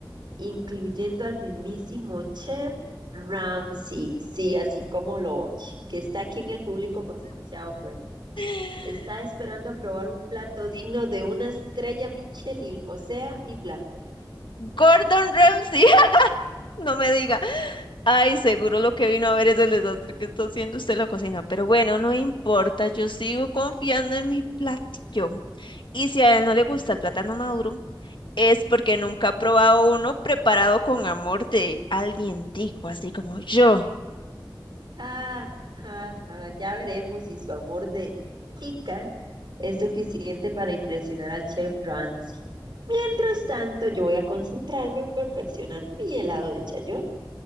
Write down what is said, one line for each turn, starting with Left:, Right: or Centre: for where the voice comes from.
Right: incluyendo al mismísimo chef Ramsay, sí, así como lo oye, que está aquí en el público por si no se ha dado cuenta.
Left: <gasps>
Right: Está esperando probar un plato digno de una estrella Michelin, o sea, mi plato.
Left: Gordon Ramsay, <laughs> no me diga. Ay, seguro lo que vino a ver es el desastre que está haciendo usted en la cocina. Pero bueno, no importa, yo sigo confiando en mi platillo. Y si a él no le gusta el plátano maduro, es porque nunca ha probado uno preparado con amor de alguien tico, así como yo.
Right: Ah, ah, ah, ya veremos si su amor de tica es suficiente para impresionar al chef Ramsay. Mientras tanto, yo voy a concentrarme en perfeccionar mi helado de chayote.